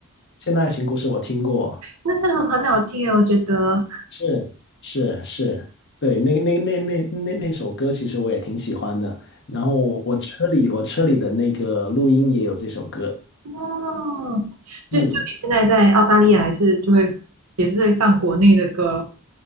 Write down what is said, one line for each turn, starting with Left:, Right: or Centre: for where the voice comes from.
Left: 现代爱情故事我听过，
Right: 那那首很好听诶，我觉得。
Left: 是是是，对，那那那那那那首歌其实我也挺喜欢的。然后我车里我车里的那个录音也有这首歌。
Right: 哦，就就你现在在澳大利亚，
Left: 嗯，
Right: 还是就会也是会放国内的歌咯。